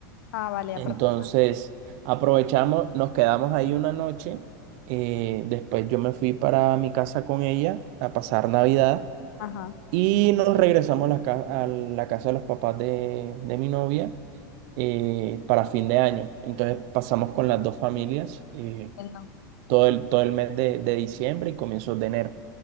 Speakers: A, on the left; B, on the right.
A: Ah, vale,
B: Entonces,
A: aprovechar.
B: aprovechamos, nos quedamos ahí una noche. eh, después yo me fui para mi casa con ella a pasar Navidad
A: Ajá.
B: y nos regresamos a la, ca- a la casa de los papás de, de mi novia eh, para fin de año. Entonces pasamos con las dos familias eh,
A: entiendo.
B: todo el, todo el mes de, de diciembre y comienzos de enero.